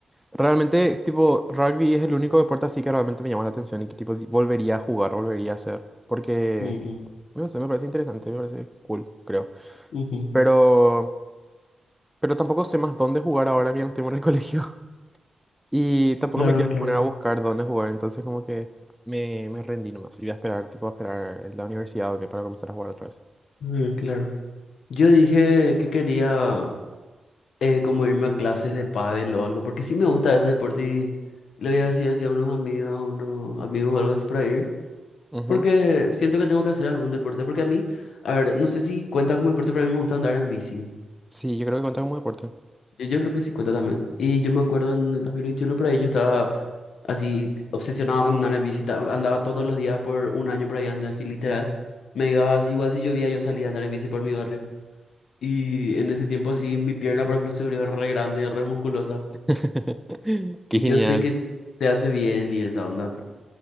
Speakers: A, in the centre; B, on the left.
A: realmente, tipo, rugby es el único deporte así que realmente me llama la atención y que tipo di- volvería a jugar, volvería a hacer. Porque,
B: Mm,
A: no sé, me parece interesante, me parece cool, creo.
B: ujú.
A: Pero, pero tampoco sé más dónde jugar ahora que ya no estoy en el <laughs> colegio. Y tampoco
B: Claro,
A: me quiero
B: claro,
A: poner a buscar dónde jugar, entonces como que me, me rendí nomás. Y voy a esperar, tipo, a esperar en la universidad o que para comenzar a jugar otra vez.
B: mm, claro. Yo dije que quería eh, como irme a clases de pádel o algo, porque sí me gusta ese deporte y le voy a decir así a unos amigos, a unos amigos o algo así para ir.
A: Ujú.
B: Porque siento que tengo que hacer algún deporte. Porque a mí, a ver, no sé si cuenta como deporte, pero a mí me gusta andar en bici.
A: Sí, yo creo que cuenta como deporte.
B: Yo, yo creo que sí cuenta también. Y yo me acuerdo en el 2021 por ahí, yo estaba así obsesionado con andar en bici. ta- Andaba todos los días por un año por ahí, andaba así literal. Me iba, igual si llovía, yo salía a andar en bici por mi barrio. Y en ese tiempo así, mi pierna, por ejemplo, se volvió re grande, re musculosa.
A: <laughs> Qué
B: Y
A: genial.
B: yo sé que te hace bien y esa onda,